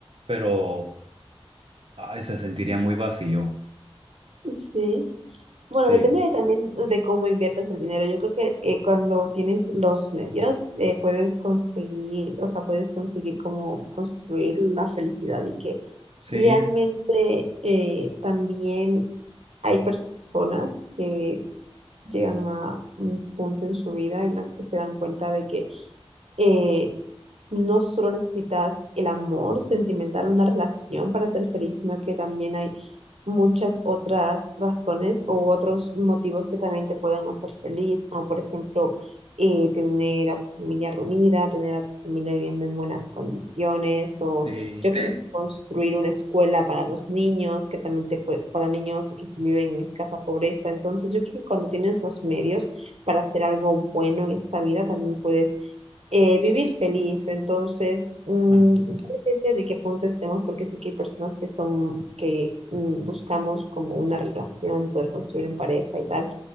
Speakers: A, on the right; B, on the right.
A: pero ay, se sentiría muy vacío.
B: sí. Bueno,
A: Sí,
B: depende de también de cómo inviertas el dinero. Yo creo que eh, cuando tienes los medios, eh, puedes conseguir, o sea, puedes conseguir como construir la felicidad y que
A: sí,
B: realmente eh, también hay personas que llegan a un punto en su vida en la que se dan cuenta de que eh, no solo necesitas el amor sentimental, una relación para ser feliz, sino que también hay muchas otras razones o otros motivos que también te puedan hacer feliz, como por ejemplo eh, tener a tu familia reunida, tener a tu familia viviendo en buenas condiciones, o
A: sí.
B: yo que sé, construir una escuela para los niños, que también te puede, para niños que viven en escasa pobreza. Entonces, yo creo que cuando tienes los medios para hacer algo bueno en esta vida, también puedes eh, vivir feliz. Entonces, mm,
A: Ajá,
B: ya depende de qué punto estemos, porque sé que hay personas que son, que mm, buscamos como una relación, poder construir en pareja y tal